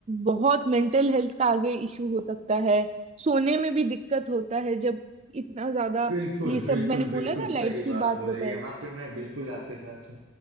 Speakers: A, on the right; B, on the right.
A: बहुत मेंटल हेल्थ का आगे इशू हो सकता है सोने में भी दिक्कत होता है जब इतना ज्यादा
B: बिल्कुल
A: ये सब
B: बिल्कुल
A: मैंने बोला
B: बिल्कुल
A: ना
B: सही
A: लाइट
B: बात
A: की बात
B: बोले
A: बताई
B: यहाँ पे मैं बिल्कुल आपके साथ हूँ